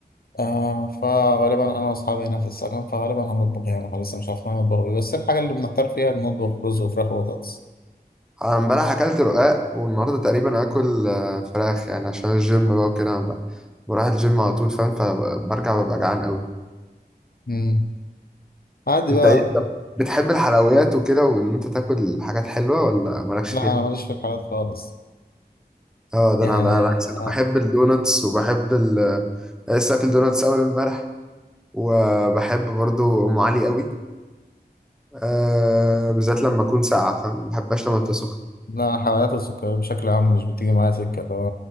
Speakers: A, on the left; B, in the centre.
A: آه فغالبا انا واصحابي هنا في السكن فغالبا هنطبخ يعني خلاص مش عارفين نطبخ إيه. بس الحاجة اللي بنحتار فيها بنطبخ رز وفراخ وبطاطس
B: انا امبارح اكلت رقاق والنهارده تقريبا هاكل آه، فراخ يعني عشان الجيم بقى وكده ب- بروح الجيم على طول فاهم فبرجع ببقى جعان قوي
A: مم. عادي
B: انت
A: بقى
B: ايه أنت بتحب الحلويات وكده وان انت تاكل حاجات حلوه ولا مالكش
A: لا
B: فيها
A: انا ماليش في الحلويات خالص
B: اه ده
A: يعني
B: انا بقى بالعكس انا بحب الدوناتس وبحب ال أنا لسه اكل دوناتس اول امبارح وبحب برضو ام علي قوي أه بالذات لما اكون ساقعه فاهم ما بحبهاش لما تبقى سخنه
A: لا حلويات السكر بشكل عام مش بتيجي معايا سكة اللي هو